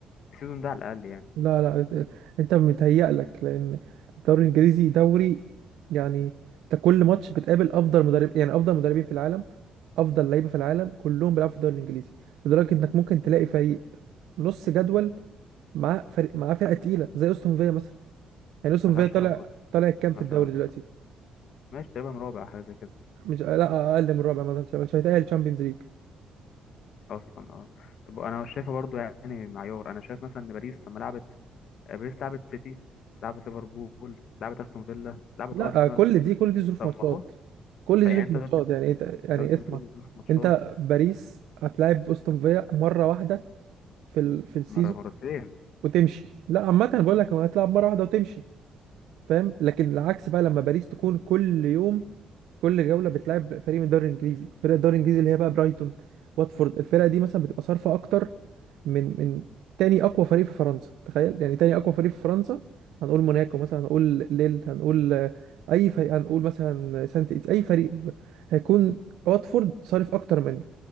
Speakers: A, on the left; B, on the right.
A: السيزون ده على الاقل يعني
B: لا لا انت متهيألك لان الدوري الانجليزي دوري يعني انت كل ماتش بتقابل افضل مدرب يعني افضل مدربين في العالم افضل لعيبه في العالم كلهم بيلعبوا في الدوري الانجليزي لدرجه انك ممكن تلاقي فريق نص جدول معاه فريق معاه فرقه تقيله زي استون فيا مثلا يعني استون
A: ملهاش
B: فيا طالع
A: علاقه
B: طالع كام
A: ملهاش
B: في الدوري
A: علاقه
B: دلوقتي
A: ماشي تقريبا رابع حاجه زي كده
B: مش آه، لا اقل من الرابع مثلا مش هيتأهل تشامبيونز ليج
A: اصلا اه طب انا شايفه برضو يعني معيار انا شايف مثلا ان باريس لما لعبت آه، باريس لعبت سيتي لعبت ليفربول لعبت استون فيلا لعبت
B: لا
A: ارسنال
B: كل دي كل دي ظروف
A: طب
B: ماتشات
A: ما هو
B: كل
A: طيب
B: دي
A: يعني
B: ظروف
A: انت
B: ماتشات
A: دلوقتي
B: يعني انت يعني
A: دلوقتي
B: اسمع
A: بتقول إن في ماتشات
B: انت باريس هتلاعب استون فيا مره واحده في ال... في السيزون
A: مره مرتين
B: وتمشي لا عامه بقول لك هتلاعب مره واحده وتمشي فاهم لكن العكس بقى لما باريس تكون كل يوم كل جولة بتلعب فريق من الدوري الانجليزي فرق الدوري الانجليزي اللي هي بقى برايتون واتفورد الفرقة دي مثلا بتبقى صارفة اكتر من من تاني اقوى فريق في فرنسا تخيل يعني تاني اقوى فريق في فرنسا هنقول موناكو مثلا هنقول ليل هنقول آه، اي فريق هنقول مثلا سانت إيت- اي فريق ب- هيكون واتفورد صارف اكتر منه